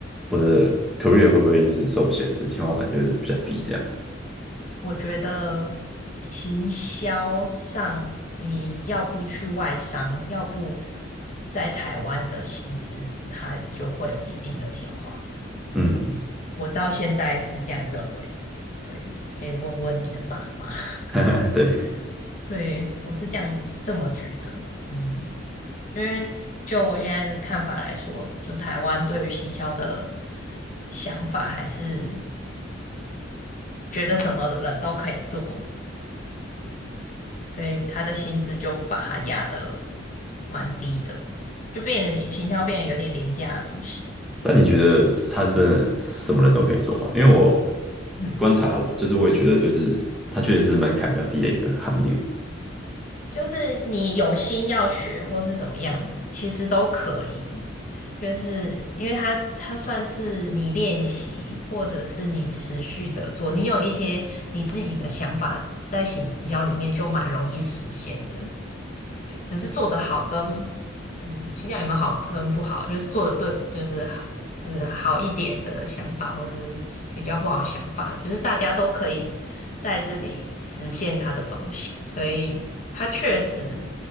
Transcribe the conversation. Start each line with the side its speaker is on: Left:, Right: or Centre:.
Centre: 我的 career 会不会就是受限，就天花板就是比较低这样子？
Left: 我觉得行销上，你要不去外商，要不在台湾的薪资，它就会有一定的天花板。
Centre: 嗯，
Left: 我到现在是这样认为的，对，可以问问你的爸妈。<laughs>
Centre: <laughs> 对，可以。
Left: 对，我是这样这么觉得，嗯，因为就我现在的看法来说，就台湾对于行销的想法，还是觉得什么人都可以做，所以他的薪资就把它压得蛮低的，就变得行销变得有点廉价的东西。
Centre: 但你觉得他是真的什么人都可以做吗？因为我
Left: 嗯，
Centre: 观察，就是我也觉得，就是他确实是门槛比较低的一个行业。
Left: 就是你有心要学或是怎么样，其实都可以。就是因为他他算是你练习，或者是你持续的做，你有一些你自己的想法在行销里面就蛮容易实现的。只是做得好跟嗯，倾向有没有好跟不好，就是做的对，就是好，就是好一点的想法，或是比较不好的想法，就是大家都可以在这里实现他的东西，所以他确实